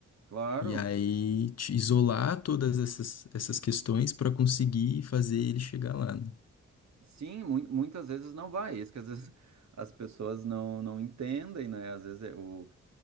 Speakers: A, on the right; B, on the left.
A: Claro.
B: E aí te isolar todas essas, essas questões para conseguir fazer ele chegar lá, né?
A: Sim, mui- muitas vezes não vai. Isso que às vezes <laughs> as pessoas não, não entendem, né? Às vezes é o,